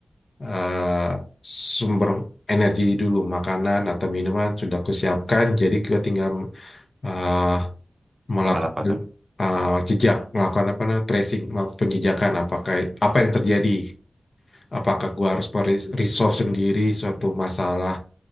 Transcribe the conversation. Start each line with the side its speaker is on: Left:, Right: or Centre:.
Left: eh, sumber energi dulu, makanan atau minuman sudah aku siapkan. Jadi kita tinggal eh, melakukan
Right: Tinggal apa tuh?
Left: eh, jejak, melakukan apa namanya tracing, melakukan penjejakan apakah apa yang terjadi. Apakah gua harus meres- resolve sendiri suatu masalah